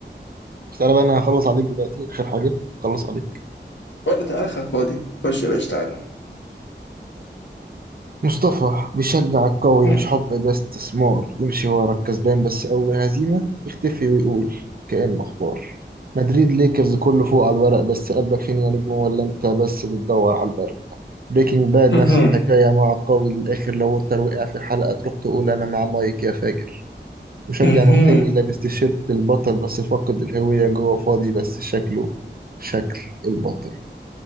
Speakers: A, on the right; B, on the left.
A: مش تعالى بقى أنا هخلص عليك دلوقتي آخر حاجة خلص عليك
B: ولا تعالى اخرك فاضي خش يا باشا تعالى
A: مصطفى بيشجع القوي
B: هم.
A: مش حب ده استثمار يمشي ورا الكسبان بس أول هزيمة يختفي ويقول كأنه أخبار مدريد ليكرز كله فوق على الورق بس قلبك فين يا نجم ولا أنت بس بتدور على البرد بريكنج باد
B: مهم.
A: نفس الحكاية مع القوي للآخر لو أنت وقع في حلقة تروح تقول أنا مع مايك يا فاجر مشجع
B: مهم.
A: موسمي لابس تيشيرت البطل بس فاقد الهوية جوه فاضي بس شكله شكل البطل